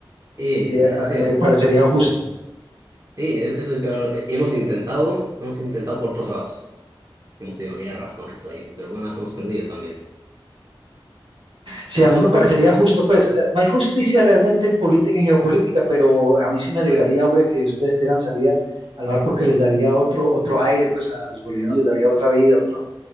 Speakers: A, on the right (about 40°); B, on the right (about 80°).
A: Y,
B: y, eh,
A: es
B: ah,
A: decir,
B: me parecería justo.
A: y es- es lo que eh, hemos intentado, hemos intentado por otros lados. Hemos tenido guerras con otros países, pero bueno, las hemos perdido también.
B: Sí, a mí me parecería justo, pues eh, no hay justicia realmente en política, en geopolítica, pero a mí sí me alegraría,
A: Ah,
B: hombre, que ustedes tuvieran salida al mar porque les daría otro, otro aire, pues a los bolivianos les daría otra vida, otro,